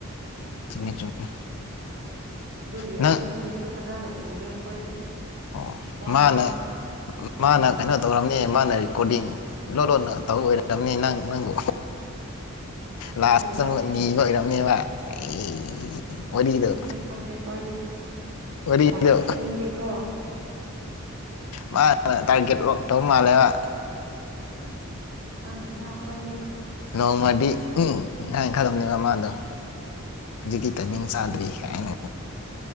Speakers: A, on the left; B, on the right.
A: ꯆꯨꯝꯃꯦ ꯆꯨꯝꯃꯦ
B: ꯑꯗꯨꯒꯤ
A: ꯅꯪ
B: ꯑꯗꯨ ꯅꯨꯃꯤꯠꯁꯨ ꯐꯖꯅ ꯎꯗꯦ ꯑꯩꯈꯣꯏꯗꯤ
A: ꯑꯣ
B: ꯋꯥ
A: ꯃꯥꯅ
B: ꯉꯥꯡ ꯎꯝ
A: ꯃꯥꯅ ꯀꯩꯅꯣ ꯇꯧꯔꯝꯅꯦ ꯃꯥꯅ ꯀꯣꯔꯗꯤꯡ ꯂꯣꯟꯂꯣꯟꯣꯟꯅ ꯇꯧ ꯑꯣꯏꯔꯕꯅꯤ ꯅꯪ ꯅꯪꯕꯨ ꯂꯥꯁꯇ
B: ꯈꯪꯗꯦꯗ
A: ꯑꯃꯨꯛ ꯅꯤꯕ ꯑꯣꯏꯔꯝꯅꯦꯕ ꯑꯦ ꯑꯣꯏ ꯀꯤꯗꯣ
B: ꯈꯪꯗꯦ ꯈꯪꯗꯦ ꯑꯩꯈꯣꯏꯗꯤ
A: ꯑꯣꯏ
B: ꯋꯥꯊꯤꯗꯤꯀꯣ
A: ꯀꯤꯗꯣ ꯃꯥ ꯇꯥꯔꯒꯦꯠ ꯂꯣꯛꯇꯧ ꯃꯥꯜꯂꯦꯕ
B: ꯀꯪ ꯂꯩꯗ ꯑꯩꯣꯏꯗꯤ
A: ꯅꯣꯡꯃꯗꯤ ꯍꯥꯏꯅꯈꯗꯕꯅꯦꯕ ꯃꯥꯗꯣ ꯍꯧꯖꯤꯛꯀꯤ ꯇꯥꯏꯃꯤꯡ ꯆꯥꯗ꯭ꯔꯤ ꯀꯥꯏꯅ